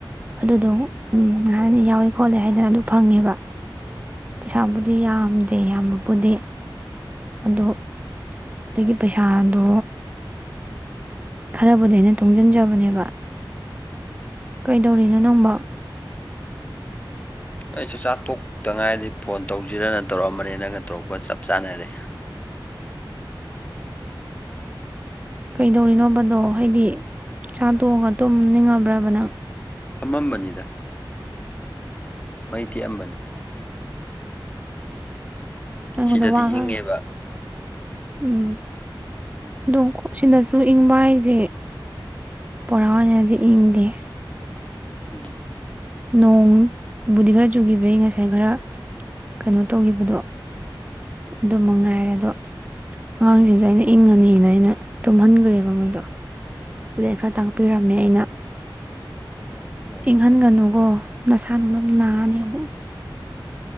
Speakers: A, on the right; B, on the left.
A: ꯑꯗꯨꯗꯣ ꯍꯥꯏꯅ ꯌꯥꯎꯏꯦ ꯈꯣꯠꯂꯦ ꯍꯥꯏꯗꯅ ꯑꯗꯨ ꯐꯪꯉꯦꯕ ꯄꯩꯁꯥꯕꯨꯗꯤ ꯌꯥꯝꯗꯦ ꯌꯥꯝꯕꯕꯨꯗꯤ ꯑꯗꯨ ꯑꯗꯨꯒꯤ ꯄꯩꯁꯥꯗꯣ ꯈꯔꯕꯨꯗꯤ ꯑꯩꯅ ꯇꯨꯡꯁꯤꯟꯖꯕꯅꯦꯕ ꯀꯩꯗꯧꯔꯤꯅꯣ ꯅꯪꯕ
B: ꯑꯩꯁꯨ ꯆꯥꯛ ꯇꯣꯛꯇꯉꯥꯏꯗꯤ ꯐꯣꯟ ꯇꯧꯁꯤꯔꯅ ꯇꯧꯔꯛꯑꯝꯕꯅꯤ ꯅꯪꯅ ꯇꯧꯔꯛꯄ ꯆꯞ ꯆꯥꯅꯔꯦ
A: ꯀꯩꯗꯧꯔꯤꯅꯣꯕꯗꯣ ꯍꯥꯏꯗꯤ ꯆꯥꯇꯣꯛꯑꯒ ꯇꯨꯝꯅꯤꯡꯉꯕ꯭ꯔꯕ ꯅꯪ
B: ꯑꯃꯝꯕꯅꯤꯗ ꯃꯩ ꯇꯦꯛꯑꯝꯕꯅꯤ
A: ꯑꯩꯉꯣꯟꯗ
B: ꯁꯤꯗꯗꯤ
A: ꯋꯥꯒ
B: ꯏꯪꯉꯦꯕ
A: ꯎꯝ ꯑꯗꯨꯝꯣꯛ ꯁꯤꯗꯁꯨ ꯏꯪꯕ ꯍꯥꯏꯁꯦ ꯣꯔꯥ ꯑꯣꯏꯅꯗꯤ ꯏꯪꯗꯦ
B: ꯎꯝ
A: ꯅꯣꯡꯕꯨꯗꯤ ꯈꯔ ꯆꯨꯈꯤꯕꯒꯤ ꯉꯁꯥꯏ ꯈꯔ ꯀꯩꯅꯣ ꯇꯧꯈꯤꯕꯗꯣ ꯑꯗꯨ ꯃꯉꯥꯏꯔꯦ ꯑꯗꯣ ꯑꯉꯥꯡꯁꯤꯡꯁꯨ ꯑꯩꯅ ꯏꯪꯉꯅꯤꯅ ꯑꯩꯅ ꯇꯨꯝꯍꯟꯈ꯭ꯔꯦꯕ ꯃꯣꯏꯗꯣ ꯑꯗꯨꯗꯩ ꯈꯔ ꯇꯥꯛꯄꯤꯔꯝꯃꯦ ꯑꯩꯅ
B: ꯑꯗꯨꯝ ꯌꯥꯅꯤꯀꯣ
A: ꯏꯪꯍꯟꯒꯅꯨꯒꯣ ꯅꯁꯥ ꯅꯨꯡꯗ ꯅꯥꯅꯤ ꯑꯃ ꯑ